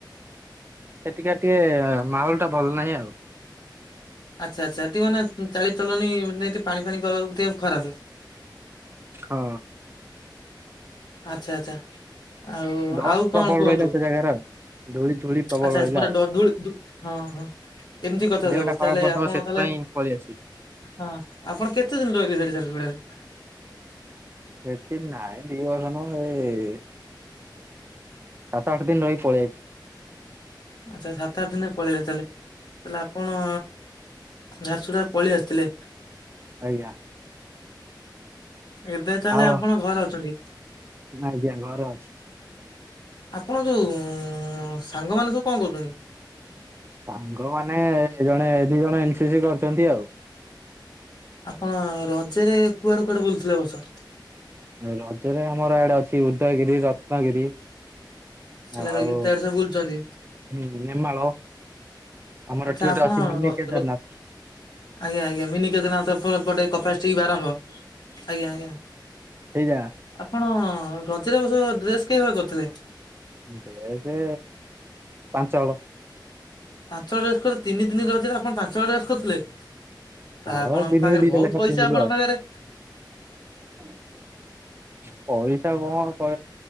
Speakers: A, on the right; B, on the left.
A: ସେଠି ଖାଲି ଟିକେ ମାହୋଲ ଟା ଭଲ ନାହିଁ ଆଉ।
B: ଆଚ୍ଛା ଆଚ୍ଛା ସେଠି ମାନେ ଚାଲିଚଳଣି ଏ ପାଣି ଫାଣି ମାନେ ଟିକେ ଖରାପ <unintelligible>
A: ହଁ।
B: ଆଚ୍ଛା ଆଛା ଆଉ
A: ଡଷ୍ଟ
B: ଆଉ
A: ପ୍ରବଳ
B: କଣ କୁହନ୍ତୁ?
A: ରହିଲା ସେ ଜାଗାରେ ଆଉ। ଧୂଳି ଧୂଳି ପ୍ରବଳ
B: ଆଚ୍ଛା
A: ରହିଲା
B: ଆଚ୍ଛା ପୁରା
A: ଆଉ।
B: ଡୋ ଧୂଳି ଧୁ ହଁ ହଁ। ଏମିତି କଥା
A: ଦେହଟା
B: ସବୁ
A: ଖରାପ
B: ତାହେଲେ
A: କରିଦବ
B: ଆପଣ
A: ସେଥିପାଇଁ
B: ତାହେଲେ
A: ପଳେଇ ଆସିଲି।
B: ହଁ ଆପଣ କେତେ ଦିନ ରହିଲେ ସେଠି ଝାରସୁଗୁଡା ରେ?
A: ସେଠି ନାଇଁ ଦିବର୍ଷ ନୁହେଁ ଏ ସାତ ଆଠ ଦିନ ରହି ପଳେଇ ଆଇଛି।
B: ଆଚ୍ଛା ସାତ ଆଠ ଦିନ ପଳେଇଲେ ତାହଲେ ତାହେଲେ ଆପଣ ଝାରୁସୁଗୁଡାରୁ ପଳେଇ ଆସିଥିଲେ।
A: ଆଜ୍ଞା।
B: ଏବେ ତାହେଲେ
A: ଆଉ
B: ଆପଣ ଘରେ ଅଛନ୍ତି?
A: ଆଜ୍ଞା ଘରେ ଅଛି।
B: ଆପଣ ଯୋଉ ସାଙ୍ଗମାନେ ସବୁ କଣ କରୁଛନ୍ତି?
A: ସାଙ୍ଗ ମାନେ ଜଣେ ଦି ଜଣ ଏନସି ସି କରିଛନ୍ତି ଆଉ।
B: ଆପଣ ରଜରେ କୁଆଡେ କୁଆଡେ ବୁଲୁଥିଲେ ଏ ବର୍ଷ?
A: ରଜରେ ଆମର ୟାଡେ ଅଛି ଉଦୟଗିରି, ରତ୍ନଗିରି।
B: ହେଲେ
A: ଆଉ
B: ଗୀତା ଆଡେ ସବୁ ବୁଲୁଛନ୍ତି।
A: ହୁଁ ନେମାଳ। ଆମର
B: ଆଚ୍ଛା
A: ଏଠି
B: ଆପଣ
A: ଅଛି ଗୋଟେ
B: ର
A: ମିନି କେଦାରନାଥ।
B: ର ଆଜ୍ଞା ଆଜ୍ଞା ମିନି କେଦାରନାଥଏପଟେ କପଷ୍ଟିକ୍ ବାରଙ୍ଗ। ଆଜ୍ଞା ଆଜ୍ଞା
A: ସେଇ ଜାଗା।
B: ଆପଣ ରଜରେ ଏବର୍ଷ ଡ୍ରେସ୍ କେହିହଳ କରିଥିଲେ?
A: ଡ୍ରେସ୍ ପାଞ୍ଚ ହଳ।
B: ପାଞ୍ଚ ହଳ ଡ୍ରେସ କରିଥିଲେ ତିନି ଦିନି ରଜ ରେ ଆପଣ ପାଞ୍ଚ ହଳ ଡ୍ରେସ୍ କରିଥିଲେ? ତ
A: ହଁ
B: ଆପଣଙ୍କ
A: ଦିନକୁ
B: ପାଖରେ
A: ଦିଟା
B: ବହୁତ
A: ଲେଖା
B: ପଇସା
A: ପିନ୍ଧିଲୁ
B: ଆପଣଙ୍କ
A: ଆଉ
B: ପାଖରେ?
A: <inaudible> ପଇସା କଣ କ